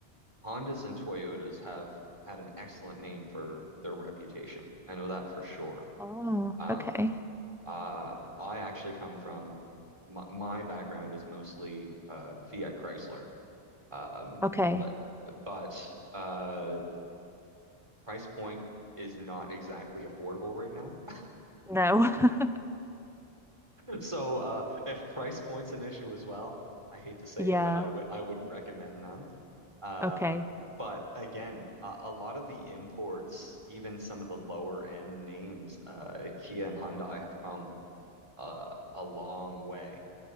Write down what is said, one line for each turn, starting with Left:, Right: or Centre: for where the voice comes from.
Right: Hondas and Toyotas have had an excellent name for their reputation. I know that for sure.
Centre: Oh,
Right: Um,
Centre: okay.
Right: uh, I actually come from my, my background is mostly uh, Fiat Chrysler. Um,
Centre: Okay.
Right: but, but uh, price point is not exactly affordable right now. <laughs>
Centre: No. <laughs>
Right: So uh, if price point's an issue as well, I hate to say
Centre: Yeah.
Right: it, but I would I wouldn't recommend them. Uh,
Centre: Okay.
Right: but again, a, a lot of the imports, even some of the lower end names, uh, Kia and Hyundai have come uh, a long way